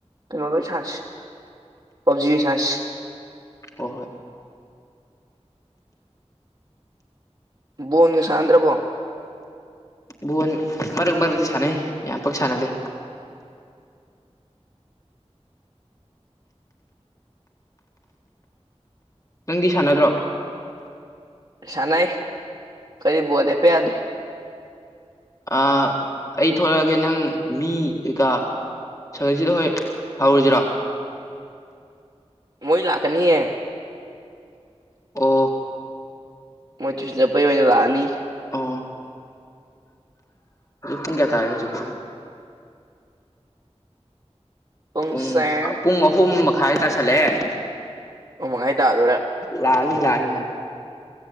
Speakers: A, on the right; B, on the left.
A: ꯀꯩꯅꯣꯗꯣ ꯑꯣꯢ ꯁꯥꯟꯁꯤ ꯄꯞꯖꯤ ꯑꯣꯢ ꯁꯥꯟꯁꯤ
B: ꯍꯣ ꯍꯣꯏ
A: ꯕꯣꯟꯒ ꯁꯥꯟꯗ꯭ꯔꯕꯣ
B: ꯕꯣꯟ ꯃꯔꯛ ꯃꯔꯛꯇ ꯁꯥꯟꯅꯩ ꯌꯥꯝ ꯄꯥꯛ ꯁꯥꯟꯅꯗꯦ ꯅꯪꯗꯤ ꯁꯥꯟꯅꯗ꯭ꯔꯣ
A: ꯁꯥꯟꯅꯩ ꯑꯈꯣꯢꯘꯤ ꯕꯣꯜ ꯂꯦꯞꯄ ꯌꯥꯗꯦ
B: ꯑ ꯑꯩ ꯊꯂꯛꯑꯒꯦ ꯅꯪ ꯃꯤ ꯀꯩꯀꯥ ꯁꯍꯥꯖꯤꯠ ꯍꯣꯏ ꯍꯧꯔꯨꯖꯤꯔꯣ
A: ꯃꯣꯏ ꯂꯥꯛꯀꯅꯤꯌꯦ
B: ꯑꯣ
A: ꯃꯣꯏ ꯆꯨꯢꯁꯟ ꯆꯠꯄꯩ ꯑꯣꯏꯅ ꯂꯥꯛꯑꯅꯤ
B: ꯑꯣ ꯄꯨꯡ ꯀꯌꯥ ꯇꯥꯔꯑꯦ ꯍꯧꯖꯤꯛꯄꯣ
A: ꯄꯨꯡꯁꯦ
B: ꯄꯨꯡ ꯄꯨꯡ ꯑꯍꯨꯝ ꯃꯈꯥꯏ ꯇꯥꯁꯜꯂꯛꯑꯦ
A: ꯑꯍꯨꯝ ꯃꯈꯥꯏ ꯇꯥꯗꯣꯔꯦ
B: ꯂꯥꯛꯑꯅꯤ ꯂꯥꯛꯑꯅꯤ ꯃꯣꯏ